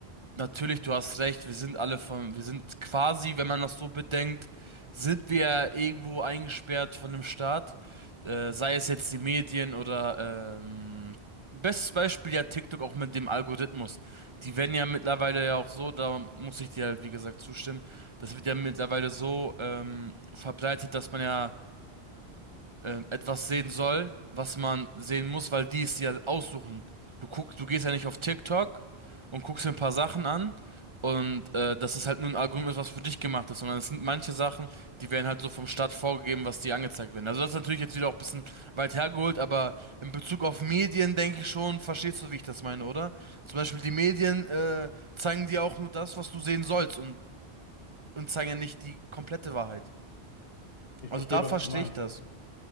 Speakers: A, on the right (about 30°); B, on the left (about 60°).
A: Natürlich, du hast recht. Wir sind alle von, wir sind quasi, wenn man das so bedenkt, sind wir irgendwo eingesperrt von dem Staat. Äh, sei es jetzt die Medien oder ähm, bestes Beispiel ja TikTok auch mit dem Algorithmus. Die werden ja mittlerweile ja auch so, da muss ich dir halt wie gesagt zustimmen, das wird ja mittlerweile so ähm, verbreitet, dass man ja ähm, etwas sehen soll, was man sehen muss, weil die es dir aussuchen. Du guckst, du gehst ja nicht auf TikTok und guckst dir ein paar Sachen an und äh, das ist halt nur ein Algorithmus, was für dich gemacht ist, sondern es sind manche Sachen, die werden halt so vom Staat vorgegeben, was dir angezeigt werden. Also das ist natürlich jetzt wieder auch ein bisschen weit hergeholt, aber in Bezug auf Medien denke ich schon, verstehst du, wie ich das meine, oder? Zum Beispiel die Medien äh, zeigen dir auch nur das, was du sehen sollst und, und zeigen ja nicht die komplette Wahrheit.
B: ich
A: Also
B: verstehe,
A: da
B: was
A: verstehe
B: du meinst.
A: ich das.